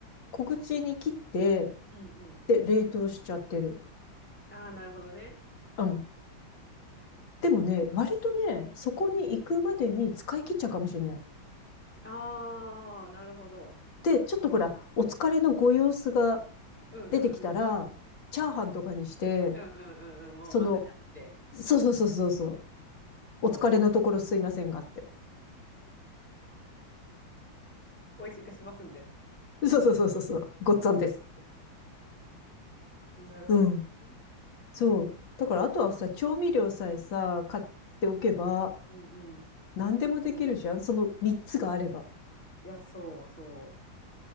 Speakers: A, on the left; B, in the centre.
A: 小口に切って、
B: うんうん。
A: で、冷凍しちゃってる。
B: ああ、なるほどね。
A: うん。でもね、割とね、そこに行くまでに使い切っちゃうかもしれない。
B: ああ、なるほど。
A: で、ちょっとほら、お疲れのご様子が
B: うんうんうん。
A: 出てきたら、チャーハンとかにして、
B: うんうんうんうん。もう混ぜちゃって、
A: その、そうそうそうそうそう。
B: もう、
A: お疲れのところすいませんがって。
B: もう、美味しくしますんでって。
A: そうそうそうそうそう。ごっつぁんです。
B: なるほどね。
A: うん。そう。だから、あとはさ、調味料さえさ、買っておけば、
B: うんうん。い
A: 何でもできるじゃんその3つがあれば。
B: や、そうそ